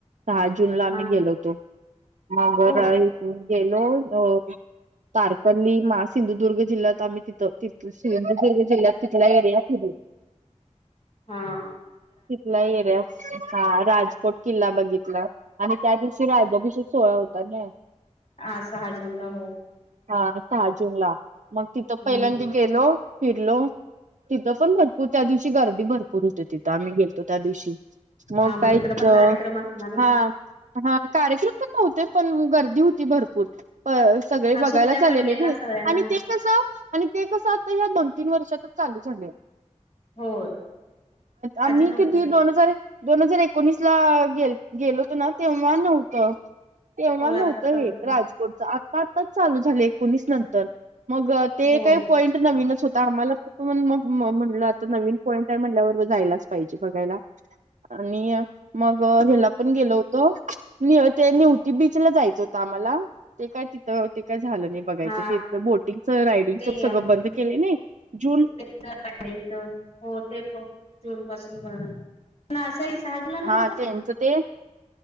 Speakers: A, on the right; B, on the left.
A: सहा जून ला
B: हा
A: मी गेलो होतो मग
B: होय
A: मी गेलो अ तारकली महा सिंधुदुर्ग जिल्ह्यात आम्ही तिथं तिथ जे जिल तिथला एरिया तिथे
B: हं
A: तिथला एरिया हा राजकोट किल्ला बघितला. आणि त्या दिवशी राजाभिषेक सोहळा होता न
B: ह सहा जून ला हो
A: हा सहा जून ला मग तिथं
B: हम्म
A: पहिल्यांद गेलो फिरलो तिथं पण भरपूर त्या दिवशी गर्दी भरपूर होते. तिथ आम्ही गेलो होतो, त्या दिवशी मग
B: हा
A: काहीच
B: तिकडे पण कार्यक्रम असणार ना
A: हा हा कार्यकम तर नव्हते पण गर्दी होती भरपूर. सगळे
B: हा
A: बघायला
B: सुट्ट्या
A: चालेले
B: पडलेल ना सगळ्यांना
A: आणि ते कस आणि ते कसं आता ह्या दोन तीन वर्षातच चालू झालंय.
B: होय.
A: आम्ही
B: आधी नव्हतं
A: किती
B: ते
A: दोन हजार दोन हजार एकोणीस ला गे गेलो होतो ना तेव्हा नव्हतं. तेव्हा
B: होय
A: नव्हतं
B: आता चालू
A: हे
B: केलं
A: राज <unintelligible> आता आताच चालू झाले एकोणीस नंतर मग ते
B: हो
A: काही पॉईंट नवीनच होता आम्हाला म्हट नवीन पॉंट म्हट यलाच पाहिजे बघायला आणि मग ह. पण गेलो होतो निव ते निवती बीच ला जायचं होतं आम्हाला ते काय तिथं ते काय झालं नाही. बघायचं
B: हा
A: तेच बोटिंग च रायडिंग
B: ते
A: च सगळं
B: हो
A: बंद केले नइ जून
B: <unintelligible> हो ते जून पासून बघा <inaudible>
A: हा ते